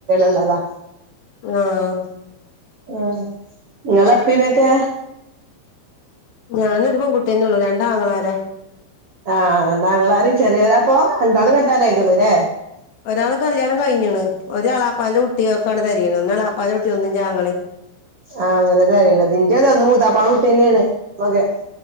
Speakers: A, on the right; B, on the left.
A: ഉള്ളതാ
B: ആഹ്
A: ആഹ് ങ്ങലപ്പീമേക്കെ
B: ഞാനൊരു പെൺ കുട്ടിയന്നെ ഉള്ളൂ രണ്ടാങ്ങളാരെ
A: ആഹ് രണ്ടാങ്ങളാരും ചെറിയോ ലാപൊ രണ്ടാളും കെട്ടാനായിക്ക്ന്ന്ല്ലേ
B: ഒരാളെ കല്യാണം കയ്ഞ്ഞ്ണ്. ഒരെ ളാപ്പാന്റെ കുട്ടിയക്കാണ് തെരയ്ണ. ഒന്ന് എളാപ്പാന്റെ കുട്ടിയും ഒന്ന് ന്റാങ്ങളെം.
A: ആഹ് അങ്ങനെ തെരയ്ണത്. ന്റതത് മൂത്താപാടെ കുട്ട്യന്നാണ് <unintelligible>